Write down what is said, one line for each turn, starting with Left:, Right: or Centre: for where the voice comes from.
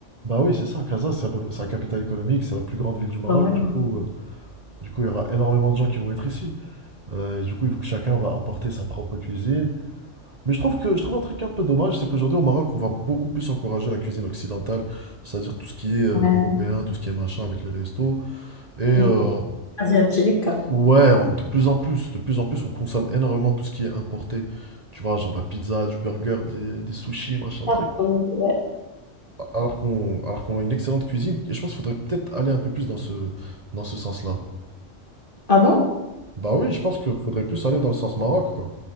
Right: Bah oui, c'est ça Casa c'est à peu- c'est la capitale économique, c'est la plus grande ville du Maroc.
Left: Voilà.
Right: Du coup euh, du coup il y aura énormément de gens qui vont être ici. Euh, et du coup, il faut que chacun va importer sa propre cuisine. Mais je trouve que je trouve un truc un peu dommage, c'est qu'aujourd'hui au Maroc, on va beaucoup plus encourager la cuisine occidentale, c'est-à-dire tout ce qui est euh,
Left: Ouais.
Right: européen, tout ce qui est machin avec les restos. Et euh,
Left: Mm. Asiatique.
Right: ouais, on- de plus en plus, de plus en plus, on consomme énormément tout ce qui est importé. Tu vois, genre de la pizza, du burger, des, des sushis, machin
Left: Pas
Right: truc.
Left: trop, ouais.
Right: Alors qu'on alors qu'on a une excellente cuisine, et je pense qu'il faudrait peut-être aller un peu plus dans ce dans ce sens-là.
Left: Ah bon?
Right: Bah oui, je pense qu'il faudrait plus aller dans le sens Maroc, quoi.